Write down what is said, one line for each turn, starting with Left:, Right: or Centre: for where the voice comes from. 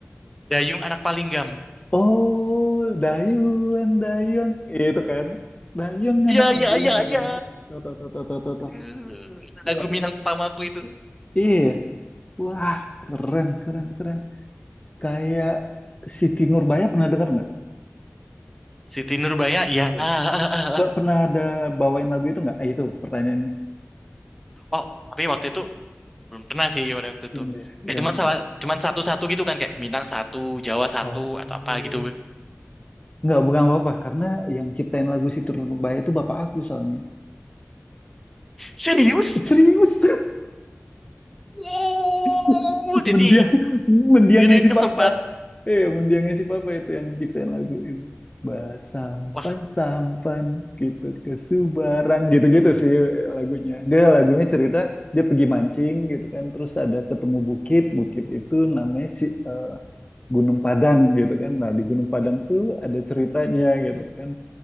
Centre: Dayung Anak Palinggam.
Left: Oh, Dayung, Dayung. Itu kan. Dayung anak
Centre: Iya,
Left: paling
Centre: iya, iya,
Left: kamu.
Centre: iya.
Left: Tuh, tuh, tuh, tuh, tuh, tuh, tuh.
Centre: Eh, Lagu
Left: Iya.
Centre: Minang pertamaku itu.
Left: Iya. Wah, keren, keren, keren. Kayak Siti Nurbaya pernah denger nggak?
Centre: Siti Nurbaya, ya.
Left: Iya.
Centre: <laughs>
Left: Ba- Pernah ada bawain lagu itu nggak? Eh, itu pertanyaannya.
Centre: Oh, tapi waktu itu belum pernah sih pada waktu itu.
Left: Belum ya? Yang,
Centre: Kayak cuman salah, cuman satu-satu gitu kan kayak Minang satu, Jawa satu
Left: oh.
Centre: atau apa gitu.
Left: Nggak, bukan apa-apa. Karena yang ciptain lagu Siti Nurbaya itu bapak aku soalnya.
Centre: Serius?
Left: Serius?
Centre: Wow,
Left: <laughs>
Centre: jadi
Left: Mendiang, mendiangnya
Centre: ini
Left: si
Centre: kesempatan.
Left: Papa. Eh, mendiangnya si Papa itu yang ciptain lagu itu. Basampan,
Centre: Wah,
Left: sampan sampan gitu ke Subarang gitu-gitu sih lagunya. Dia lagunya cerita dia pergi mancing gitu kan terus ada ketemu bukit, bukit itu namanya si eh, Gunung Padang gitu kan. Nah, di Gunung Padang tuh ada ceritanya gitu kan